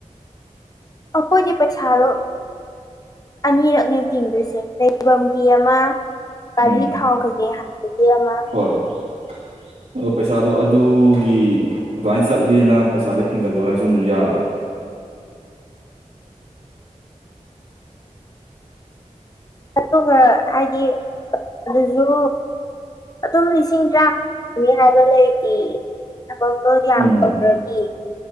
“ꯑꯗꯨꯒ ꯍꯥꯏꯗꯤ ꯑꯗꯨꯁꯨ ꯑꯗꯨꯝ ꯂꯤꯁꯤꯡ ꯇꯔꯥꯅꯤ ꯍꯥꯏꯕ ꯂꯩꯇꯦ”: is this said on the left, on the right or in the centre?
Left